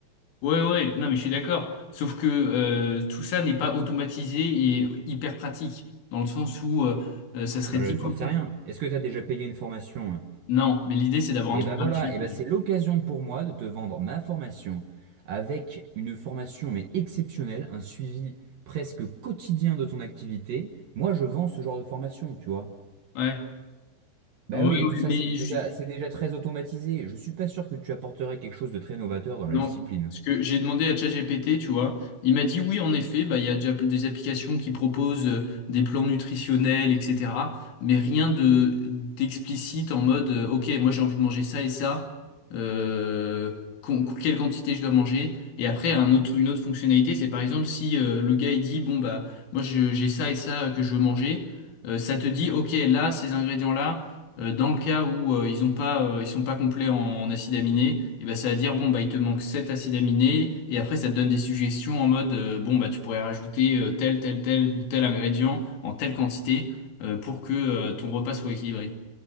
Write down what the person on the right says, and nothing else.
Bah,
je-
t'en sais
rien. Est-ce que t'as déjà payé une formation? hein
Et
ben
voilà,
et ben c'est l'occasion pour moi de te vendre ma formation avec une formation, mais exceptionnelle, un suivi presque quotidien de ton activité. Moi, je vends ce genre de formation, tu vois.
Bah
oui,
tout ça,
c'est déjà,
c'est déjà très automatisé. Je suis pas sûr que tu apporterais quelque chose de très novateur dans la
discipline.